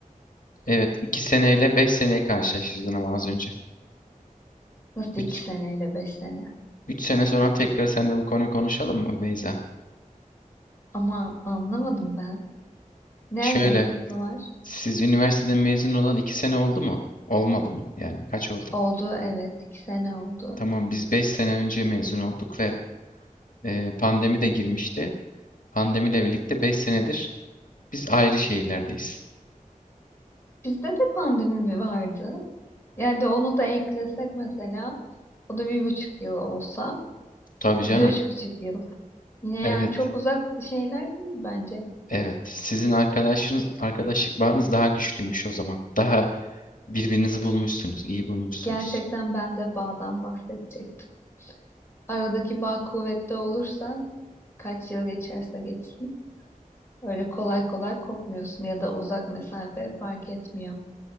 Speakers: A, on the left (about 70°); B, on the left (about 15°).
A: Evet, 2 seneyle 5 seneyi karşılaştırdın ama az önce.
B: Nasıl
A: 3
B: iki seneyle beş sene?
A: 3 sene sonra tekrar seninle bu konuyu konuşalım mı Beyza?
B: Ama anlamadım ben. Ne
A: Şöyle,
B: alakası var?
A: siz üniversiteden mezun olan 2 sene oldu mu? Olmadı mı? Yani kaç oldu?
B: Oldu evet, iki sene oldu.
A: Tamam biz 5 sene önce mezun olduk ve e, pandemi de girmişti. Pandemiyle birlikte 5 senedir biz ayrı şehirlerdeyiz.
B: Bizde de pandemi bir vardı. Yani de onu da eklesek mesela, o da bir buçuk yıl olsa,
A: Tabii
B: bizde
A: canım.
B: üç buçuk yıl. Yine
A: Evet,
B: yani çok uzak şeyler değil bence.
A: evet. Sizin arkadaşınız, arkadaşlık bağınız daha güçlüymüş o zaman. Daha birbirinizi bulmuşsunuz, iyi bulmuşsunuz.
B: Gerçekten ben de bağdan bahsedecektim. Aradaki bağ kuvvetli olursa, kaç yıl geçerse geçsin, öyle kolay kolay kopmuyorsun ya da uzak mesafe fark etmiyor.